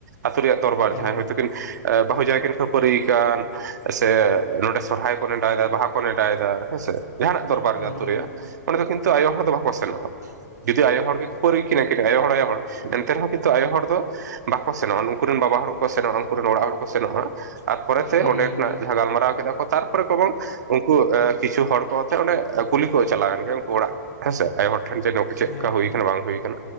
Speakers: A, on the right; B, on the left.
A: ᱟᱛᱩ ᱨᱮᱭᱟᱜ ᱫᱚᱨᱵᱟᱨ
B: ᱦᱮᱸ
A: ᱡᱟᱦᱟᱸᱭ ᱦᱚᱭᱛᱚ ᱠᱤᱱᱼᱼ ᱮ ᱵᱟᱹᱦᱩ ᱡᱟᱶᱟᱭ ᱠᱤᱱ ᱠᱷᱟᱹᱯᱟᱹᱨᱤᱭ ᱠᱟᱱ ᱥᱮᱼᱼ ᱮ ᱱᱚᱸᱰᱮ ᱥᱚᱨᱦᱟᱭ ᱠᱚ ᱱᱮᱱᱰᱟ ᱭᱮᱫᱟ ᱵᱟᱦᱟ ᱠᱚ ᱱᱮᱰᱟ ᱭᱮᱫᱟ ᱦᱮᱸᱥᱮ ᱡᱟᱦᱟᱸ ᱱᱟᱜ ᱫᱚᱨᱠᱟᱨ
B: ᱦᱩᱸ
A: ᱜᱮ ᱟᱛᱩ ᱨᱮᱭᱟᱜᱼᱼ ᱚᱱᱰᱮ ᱠᱤᱱᱛᱩ ᱟᱭᱚ ᱦᱚᱲ ᱫᱚ ᱵᱟᱠᱚ ᱥᱮᱱᱚᱜ-ᱟ᱾ ᱡᱩᱫᱤ ᱟᱭᱚ ᱦᱚᱲ ᱜᱮ ᱠᱷᱟᱹᱯᱟᱹᱨᱤᱭ ᱠᱤᱱᱟ ᱠᱤᱱ ᱟᱭᱚ ᱦᱚᱲ ᱟᱭᱚ ᱦᱚᱲ ᱮᱱᱛᱮ ᱨᱮᱦᱚᱸ ᱠᱤᱱᱛᱩ ᱟᱭᱚ ᱦᱚᱲ ᱫᱚᱼᱼ ᱵᱟᱠᱚ ᱥᱮᱱᱚᱜ-ᱟ ᱱᱩᱠᱩ ᱨᱮᱱ ᱵᱟᱵᱟ ᱦᱚᱲ ᱠᱚ ᱥᱮᱱᱚᱜ-ᱟ ᱩᱱᱠᱩ ᱨᱮᱱ ᱚᱲᱟᱜ ᱦᱚᱲ ᱠᱚ ᱥᱮᱱᱚᱜ-ᱟ᱾ ᱟᱨ ᱯᱚᱨᱮᱛᱮ
B: ᱦᱩᱸ
A: ᱚᱸᱰᱮ ᱠᱷᱚᱱᱟᱜ ᱡᱟᱦᱟᱸ ᱜᱟᱞᱢᱟᱨᱟᱣ ᱠᱮᱫᱟ ᱠᱚ ᱛᱟᱨᱯᱚᱨᱮ ᱠᱚ ᱵᱚᱱᱼᱼ ᱩᱱᱠᱩ ᱠᱤᱪᱷᱩ ᱦᱚᱲ ᱠᱚ ᱟᱛᱮ ᱚᱸᱰᱮ ᱠᱩᱞᱤ ᱠᱚ ᱪᱟᱞᱟᱣ ᱮᱱ ᱜᱮ ᱩᱱᱠᱩ ᱚᱲᱟᱜ ᱦᱮᱸᱥᱮ ᱟᱭᱳ ᱦᱚᱲ ᱼᱼ ᱴᱷᱮᱱ ᱡᱮ ᱪᱮᱫ
B: ᱦᱮᱸ
A: ᱞᱮᱠᱟ ᱦᱩᱭᱩ ᱟᱠᱟᱱᱟ ᱵᱟᱝ ᱦᱩᱭᱩ ᱟᱠᱟᱱᱟ